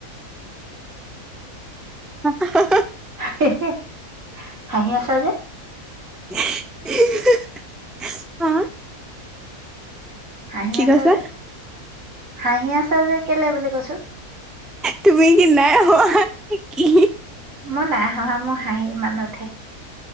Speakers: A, in the centre; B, on the right.
A: <unintelligible>
B: <unintelligible> হাঁহি আছা যে?
A: <unintelligible> হা?
B: হাঁহি
A: কি
B: আছা
A: কৈছা
B: যে? হাঁহি আছা যে কেলে বুলি কৈছো
A: তুমি কি নাই হোৱা? এহ কি?
B: মই নাই হাহা, মোৰ হাঁহি ইমান নুঠে।